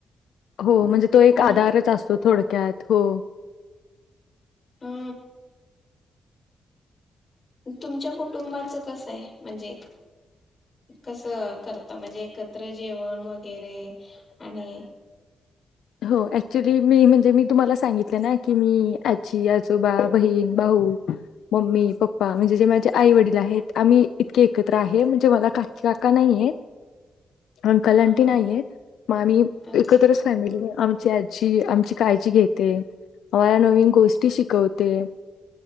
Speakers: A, on the left; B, on the left.
A: हो म्हणजे तो एक
B: हो
A: आधारच
B: ना
A: असतो थोडक्यात हो.
B: हा तुमच्या कुटुंबाचं कसं आहे? म्हणजे कस करता म्हणजे एकत्र जेवण वगैरे आणि
A: हो ऍक्च्युली मी म्हणजे मी तुम्हाला सांगितलं ना की मी आजी आजोबा बहीण भाऊ मम्मी पप्पा म्हणजे जे माझे आई वडील आहेत आम्ही इतके एकत्र आहे म्हणजे मला काकि काका नाहीयेत. अंकल-अंटी
B: हा हा
A: नाहीयेत मग आम्ही
B: अच्छा
A: एकत्रच फॅमिली म आमची आजी आमची काळजी घेते. आम्हाला नवीन गोष्टी शिकवते.